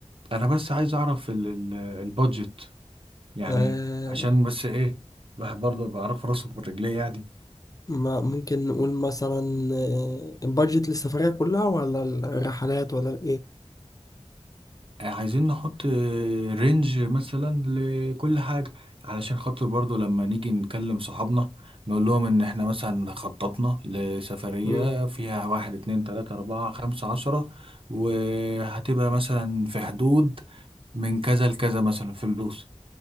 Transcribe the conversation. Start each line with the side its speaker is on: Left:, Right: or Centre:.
Right: انا بس عايز اعرف ال... ال... البادجت يعني
Left: آه
Right: عشان بس ايه الواحد برضه بيعرف راسه بالرجليه يعني
Left: ما ممكن نقول مثلا آه البادجت للسفرية كلها ولا الرحلات ولا
Right: آه، عايزين نحط رينج مثلا لكل حاجة علشان خاطر برضو لما نيجي نكلم صحابنا نقول لهم ان احنا مثلا خططنا لسفرية
Left: ايه
Right: فيها واحد اتنين تلاتة اربعة خمسة عشرة وهتبقى مثلا في حدود من كذا لكذا مثلا فلوس